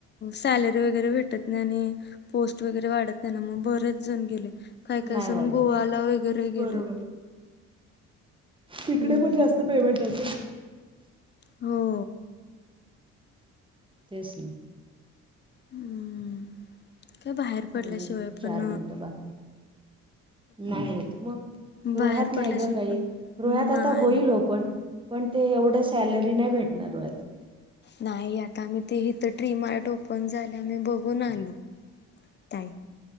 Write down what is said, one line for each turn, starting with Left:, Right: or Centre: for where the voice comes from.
Left: सॅलरी वगैरे भेटत नाही आणि पोस्ट वगैरे वाढत नाही ना. मग बरच जाऊन गेले. काय काय
Right: नाही
Left: जण
Right: वाढत
Left: गोवाला वगैरे
Right: बरोबर
Left: गेले.
Right: तिकडे
Left: हम्म
Right: पण जास्त पेमेंट असे
Left: हो.
Right: तेच ना.
Left: हम्म काय बाहेर पडल्याशिवाय
Right: अजून
Left: पण
Right: चार मिनटं बाकीये. नाही होत मग.
Left: बाहेर
Right: रोह्यात
Left: पडल्याशिवाय
Right: नाही ग काही.
Left: पण
Right: रोह्यात आता
Left: नाही
Right: होईल ओपण. पण ते एवढं सॅलरी नाही भेटणार रोह्यात.
Left: नाही आता आम्ही ते इथ ट्री मार्ट ओपन झाल. आम्ही बघून आलो. ाय <unintelligible>